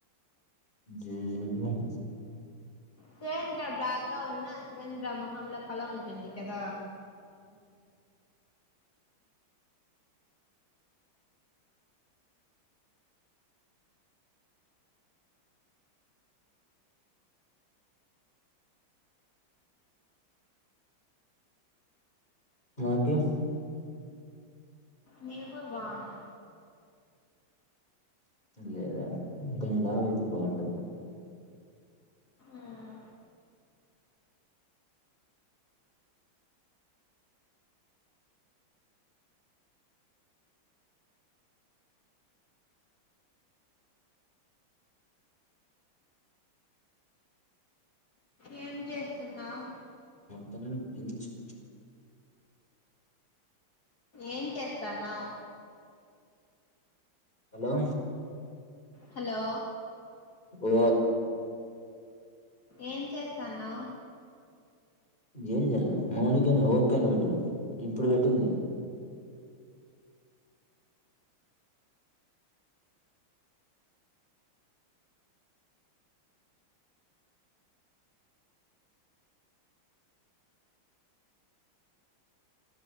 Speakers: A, on the left (about 20°); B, on the left (about 50°).
A: జీవన్
B: సురేంద్ర బ్లాక్ గా ఉన్న సురేంద్ర మొహంంలో కల ఉంటుంది కదా
A: మాార్కిస్
B: నవు వాంగ
A: లేదాడ ఇంకంచెం లావ అయితే బాగుంటది
B: ఉమ్. ఏం చేస్తున్నావు
A: హ్మ్ మించు మించు
B: ఏం చేస్తాన్నావు
A: హలో
B: హలో
A: ఓ
B: ఏం చేస్తాన్నా్
A: ఏం చేయాలా మౌనికని ఓకే అని పెట్టింది ఇప్పుడు పెట్టింది